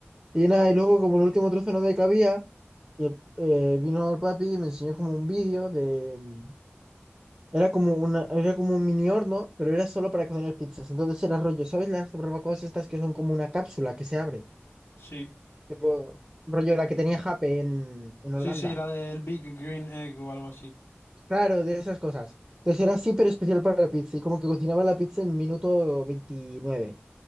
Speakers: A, on the right; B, on the left.
A: Y nada, y luego como el último trozo no me cabía, y el- eh, vino el papi y me enseñó como un vídeo de... mm, Era como una, era como un mini horno, pero era solo para cocinar pizzas. Entonces era rollo, ¿sabes las barbacoas estas que son como una cápsula que se abre?
B: Sí.
A: Tipo, rollo la que tenía Jape en, en
B: Sí,
A: Holanda.
B: sí, la del Big Green Egg o algo así.
A: Claro, de esas cosas. Entonces era así, pero especial para la pizza. Y como que cocinaba la pizza en minuto veintinueve